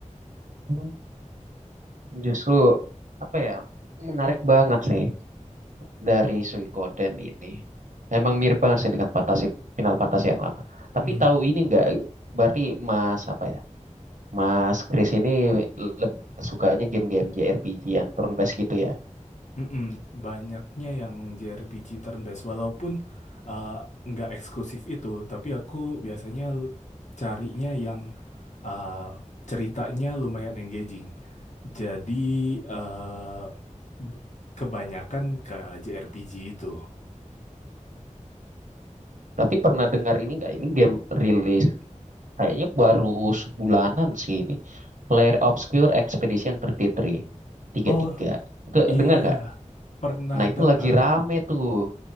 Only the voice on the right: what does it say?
Hmm, Justru apa ya menarik banget sih. dari Suikoden ini emang mirip banget sih dengan fantasi Final Fantasy yang lama. Tapi
tahu ini nggak? Berarti Mas apa ya? Mas Chris ini leb- sukanya game-game JRPG yang turn based gitu ya.
Tapi pernah dengar ini nggak? Ini game rilis kayaknya baru sebulanan sih ini. Lair Obscure Expedition 33. tiga tiga puluh
tiga. Itu
dengar nggak?
Nah itu
lagi rame tuh.